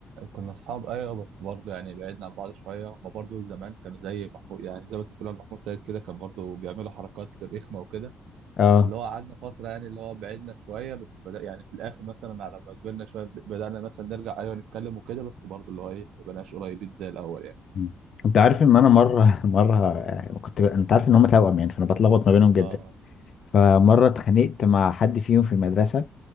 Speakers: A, on the right; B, on the left.
A: كنا أصحاب أيوه بس برضه يعني بعدنا عن بعض شوية هما برضه زمان كانوا زي محمود يعني زي ما أنت بتقول على محمود سيد كده كان برضه بيعملوا حركات رخمة وكده
B: اه
A: اللي هو قعدنا فترة يعني اللي هو بعدنا شوية بس بدأ يعني في الآخر مثلا على ما كبرنا شوية بد- بدأنا مثلا نرجع أيوة نتكلم وكده بس برضه اللي هو إيه ما بقناش قريبين زي الأول يعني
B: مم. انت عارف ان انا مره <laughs> مره كنت انت عارف ان هم توأم يعني فانا بتلخبط ما بينهم جدا
A: آه
B: فمره اتخانقت مع حد فيهم في المدرسه